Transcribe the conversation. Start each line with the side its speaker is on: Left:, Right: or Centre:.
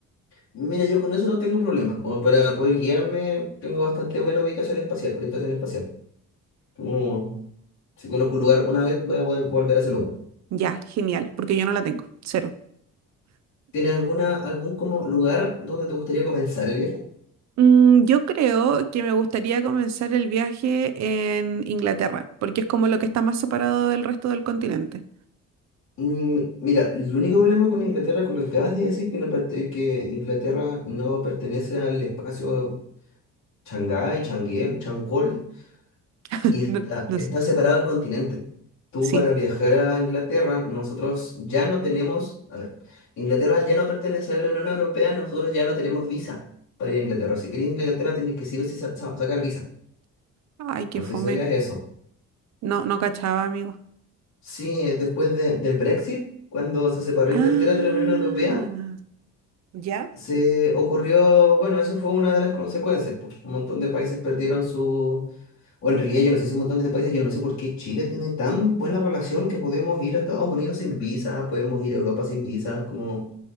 Left: Mira, yo con eso no tengo problemas. Como para poder guiarme, tengo bastante buena ubicación espacial, orientación espacial. Como si conozco un lugar una vez, voy a poder volver a ese lugar.
Right: Ya, genial, porque yo no la tengo. Cero.
Left: ¿Tienes alguna, algún como lugar donde te gustaría comenzar el viaje?
Right: Mm, yo creo que me gustaría comenzar el viaje en Inglaterra, porque es como lo que está más separado del resto del continente.
Left: Mm, mira, el único problema con Inglaterra, con lo que acabas de decir, que, no perte- que Inglaterra no pertenece al espacio Shanghái, Changuel, Changol,
Right: <laughs>
Left: y está,
Right: No, no
Left: está
Right: sé.
Left: separado el continente. Tú
Right: Sí.
Left: para viajar a Inglaterra, nosotros ya no tenemos, a ver, Inglaterra al ya no pertenece a la Unión Europea, nosotros ya no tenemos visa para ir a Inglaterra. Si quieres ir a Inglaterra, tienes que sí o sí sa- sa- sacar visa.
Right: Ay, qué
Left: No
Right: fome.
Left: sé si sabías eso.
Right: No, no cachaba, amigo.
Left: Sí, eh, después de- del Brexit, cuando se separó
Right: Ah,
Left: Inglaterra de la Unión Europea,
Right: ¿Ya?
Left: se ocurrió, bueno, eso fue una de las consecuencias, pues, un montón de países perdieron su o en realidad yo no sé si un montón de países, yo no sé por qué Chile tiene tan buena relación que podemos ir a Estados Unidos sin visa, podemos ir a Europa sin visa, como